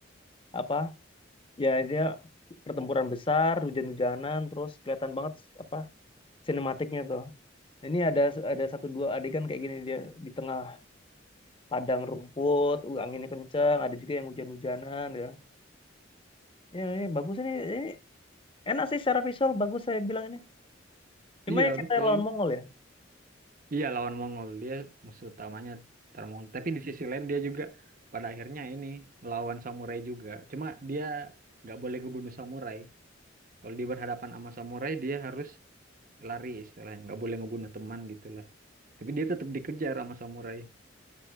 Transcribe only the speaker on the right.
Iya,
betul.
Iya, lawan Mongol. Dia musuh utamanya tentara Mongol. Tapi di sisi lain dia juga pada akhirnya ini lawan samurai juga. Cuma dia nggak boleh ngebunuh samurai. Kalau dia berhadapan sama samurai, dia harus lari istilahnya nggak boleh ngebunuh teman gitulah tapi dia tetap dikejar sama samurai